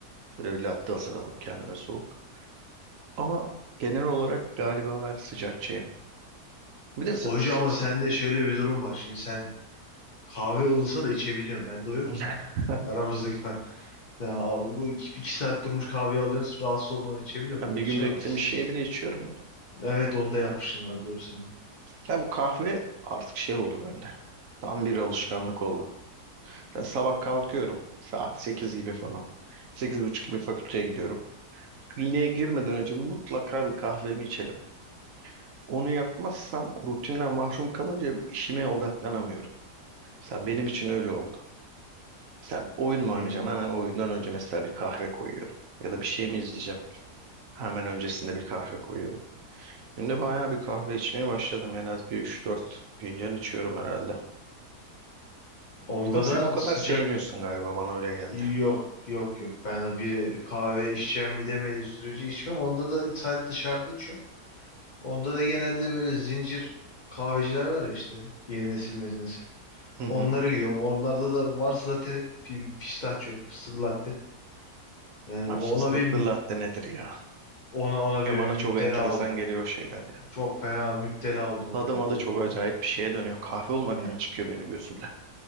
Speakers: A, on the right; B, on the left.
A: Şöyle bir latte hazırladım kendime soğuk. Ama genel olarak galiba ben sıcakçıyım. Bir de s-
B: Hoca
A: s-
B: ama
A: s-
B: sende şöyle bir durum var. Şimdi sen kahve ılısa da içebiliyorsun. Bende o yok
A: <laughs>
B: ki. Aramızdaki fark. Ya, o iki, iki saat durmuş kahveyi alıyorsun. Rahatsız olmadan içebiliyorum.
A: Ben
B: Ben
A: bir
B: onu
A: gün
B: içemem
A: beklemiş
B: mesela.
A: şey bile içiyorum ya.
B: Evet onda yapmışsın var doğru senin.
A: Ya bu kahve artık şey oldu bende. Tam bir alışkanlık oldu. Ya sabah kalkıyorum saat 8 gibi falan. sekiz buçuk gibi fakülteye gidiyorum. Kliniğe girmeden önce mutlaka bir kahvemi içelim. Onu yapmazsam o rutinden mahrum kalınca bir işime odaklanamıyorum. Mesela benim için öyle oldu. Mesela oyun mu
B: Hmm.
A: oynayacağım? Hemen oyundan önce mesela bir kahve koyuyorum. Ya da bir şey mi izleyeceğim? Hemen öncesinde bir kahve koyuyorum. Günde bayağı bir kahve içmeye başladım. En az bir üç dört fincan içiyorum herhalde.
B: Onda
A: Ama sen
B: da
A: o kadar
B: sıcak.
A: sevmiyorsun galiba bana öyle geldi.
B: Yok yok yok. Ben de bir kahve içeceğim bir demediği sürece içmem. Onda da sadece dışarıda içiyorum. Onda da genelde böyle zincir kahveciler var ya işte. Yeni nesil mezi nesil.
A: Hı hı.
B: Onlara gidiyorum. Onlarda da varsa zaten hep pi- pistachio, fıstık latte. Yani
A: Abi
B: ona
A: Fıstıklı
B: bir
A: latte nedir ya?
B: ona ona
A: Ya
B: bir
A: bana
B: müptela
A: çok enteresan
B: oldu.
A: geliyor o şeyler ya.
B: Çok fena müptela oldum ona
A: Tadı
B: ya.
A: madı
B: O,
A: çok acayip
B: o,
A: bir şeye dönüyor. Kahve olmaktan
B: ne?
A: çıkıyor benim gözümde.